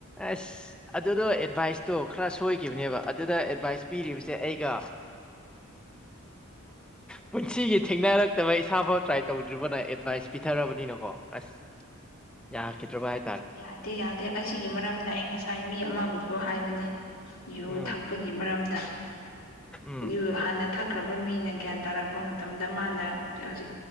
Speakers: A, in the centre; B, on the left (about 85°).
A: ꯑ ꯑꯗꯨꯗꯣ ꯑꯦꯗꯚꯥꯏꯁꯇꯣ ꯈꯔ ꯁꯣꯏꯈꯤꯕꯅꯦꯕ ꯑꯗꯨꯗ ꯑꯦꯗꯚꯥꯏꯁ ꯄꯤꯔꯤꯕꯁꯦ ꯑꯩꯒ ꯄꯨꯟꯁꯤꯒꯤ ꯊꯦꯡꯅꯔꯛꯇꯕ ꯏꯁꯥꯐꯥꯎ ꯇ꯭ꯔꯥꯏ ꯇꯧꯗ꯭ꯔꯤꯕꯅ ꯑꯦꯗꯚꯥꯏꯁ ꯄꯤꯊꯔꯕꯅꯤꯅꯀꯣ ꯑꯁ ꯌꯥꯈꯤꯗ꯭ꯔꯕ ꯍꯥꯏ
B: ꯌꯥꯗꯦ ꯌꯥꯗꯦ ꯑꯁꯤꯒꯤ ꯃꯔꯝꯅ ꯑꯩ ꯉꯁꯥꯏ ꯃꯤ ꯑꯃꯕꯨꯁꯨ ꯍꯥꯏꯕꯅꯦ ꯨ
A: ꯎꯝ
B: ꯊꯛꯄꯒꯤ ꯃꯔꯝꯗ
A: ꯎꯝ
B: ꯨꯨ ꯍꯥꯟꯅ ꯊꯛꯈ꯭ꯔꯕ ꯃꯤꯅ ꯒ꯭ꯌꯥꯟ ꯇꯥꯔꯛꯄ ꯃꯇꯝꯗ ꯃꯥꯅꯖꯤꯛ